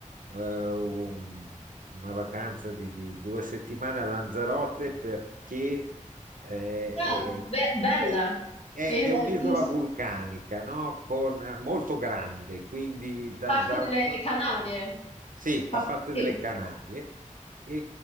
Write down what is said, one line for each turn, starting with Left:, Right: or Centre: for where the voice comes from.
Right: eh, un- una vacanza di, di due settimane a Lanzarote perché eh,
Left: Ah, be- bella,
Right: è, è- è-
Left: in,
Right: è un'isola
Left: in
Right: vulcanica, no? Con, eh, molto grande, quindi da,
Left: parte
Right: da
Left: delle
Right: una parte
Left: Canarie.
Right: sì,
Left: Fa-
Right: fa parte
Left: Sì.
Right: delle Canarie e,